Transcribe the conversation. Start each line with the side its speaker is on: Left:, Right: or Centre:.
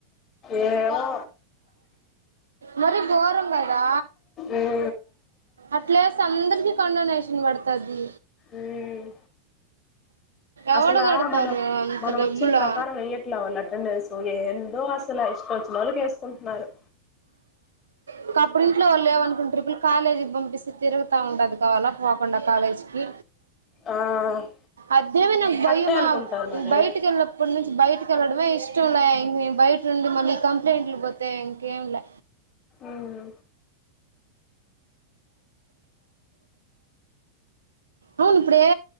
Left: ఏమో
Right: మరి గోరం కదా
Left: ఉమ్
Right: అట్లే అందరికి కండొనేషన్ పడుత తది
Left: ఉమ్
Right: ఎవడు
Left: అసలా
Right: కడతారు
Left: మనం
Right: అంత
Left: మనం
Right: డబ్బులు
Left: వచ్చిన ప్రకారం వెయ్యట్లే వాళ్ళు అటెండెన్స్ ఎందో అసలు ఇష్టం వచ్చినోళ్లకి వేసుకుంటున్నారు
Right: ఇంకా అప్పుడు ఇంట్లో వాళ్ళు ఏమనుకుంటారు ఈ పిల్ల కాలేజీకి పంపిస్తే తిరగతా ఉండది కావాలా పోకుండా కాలేజీకి
Left: ఆ
Right: అదేమే నాకు భయమా
Left: అట్టే అనుకుంటారు మరి
Right: బయటికి వెళ్ళనప్పుడు నుంచి బయటక వెళ్ళడమే ఇష్టం ఇష్టంలా ఇంక బయట ఉండి మళ్ళీ కంప్లైంట్లు పోతే ఇంక కేంలా
Left: ఉమ్
Right: అవును ఇప్పుడు ఏ